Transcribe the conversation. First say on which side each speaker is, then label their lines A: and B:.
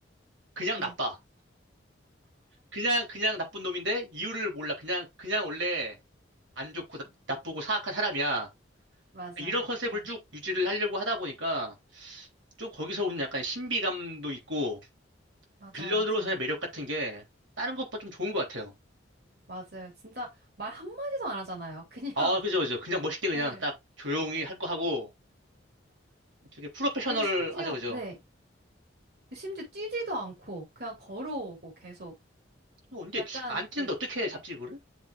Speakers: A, on the right; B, on the right.
A: 그냥
B: 네,
A: 나빠. 그냥 그냥 나쁜 놈인데 이유를 몰라. 그냥 그냥 원래 안 좋고 나- 나쁘고 사악한 사람이야.
B: 맞아.
A: 이런 컨셉을
B: 응,
A: 쭉 유지를 하려고 하다 보니까 좀 거기서 오는 약간 신비감도 있고
B: 맞아,
A: 빌런으로서의
B: 맞아.
A: 매력 같은 게 다른 것보다 좀 좋은 것 같아요.
B: 맞아요. 진짜 말 한마디도 안 하잖아요. 그냥,
A: 아, 그죠, 그죠.
B: <laughs>
A: 그냥 멋있게 그냥
B: 네.
A: 딱 조용히 할 거 하고 되게 프로페셔널하죠,
B: 그리고 심지어,
A: 그죠.
B: 네. 심지어 뛰지도 않고, 그냥 걸어오고 계속.
A: 어, 근데
B: 약간
A: 안 뛰는데
B: 그,
A: 어떻게 잡지 그걸? 를